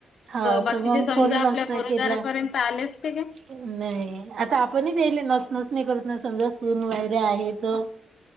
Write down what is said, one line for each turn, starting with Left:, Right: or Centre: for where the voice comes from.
Right: हा
Left: बाकीचे
Right: तर मग
Left: समजा
Right: फोन
Left: आपल्या
Right: नसता
Left: घरोदारापर्यंत
Right: केला.
Left: आले असते काय
Right: नाही आता आपणच याले नस नसणी करत ना समजा सून वगैरे आहे त.